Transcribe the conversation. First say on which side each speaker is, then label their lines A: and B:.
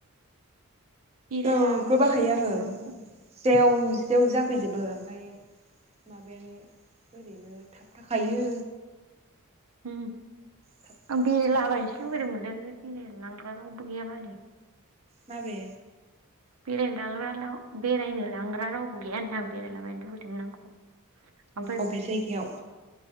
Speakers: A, on the right; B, on the right.
A: बेरायलाबायनोसो
B: ओ नोगोर बाखायो
A: लुुबैदोंमोन
B: आङो,
A: आंखौ
B: जेव जेव जाफैजोब बो ओमफाय माबायानो ओरैनो थाबथाखायो।
A: उम
B: थाबथास्लायजोबो
A: आं बेरायलाबायनोसो
B: ओमफ्राय
A: लुुबैदोंमोनलै। बेरायनो लांग्रा रावबो गैया बालनि।
B: माबे?
A: बेरायनो लांग्रा लाव बेरायनो लांग्रा रावबो गैया होनदां बेरायलाबायनो लुुबैदोंमोन आंखौ। ओमफ्राय
B: अबे जायगायाव?